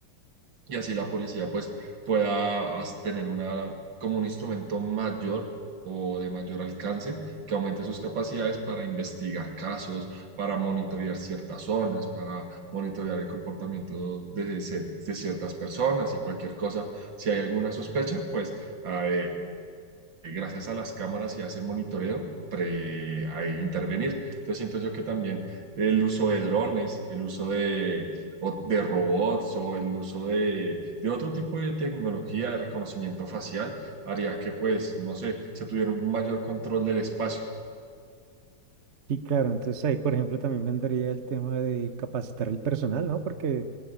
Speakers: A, on the right; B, on the right.
A: y así la policía pues pueda as- tener una, como un instrumento mayor o de mayor alcance que aumente sus capacidades para investigar casos, para monitorear ciertas zonas, para monitorear el comportamiento de, cier- de ciertas personas y cualquier cosa. Si hay alguna sospecha, pues ah, eh, eh, gracias a las cámaras y a ese monitoreo, pre, a intervenir. Entonces siento yo que también el uso de drones, el uso de, o- de robots o el uso de, de otro tipo de tecnología de reconocimiento facial haría que, pues, no sé, se tuviera un mayor control del espacio.
B: Sí, claro, entonces ahí, por ejemplo, también vendría el tema de capacitar el personal, ¿no? Porque